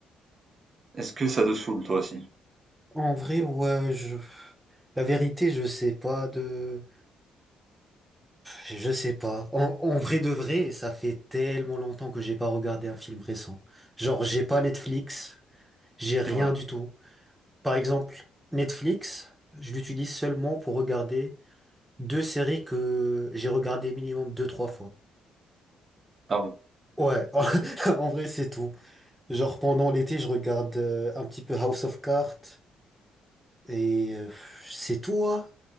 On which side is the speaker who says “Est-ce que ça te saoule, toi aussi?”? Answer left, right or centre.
Right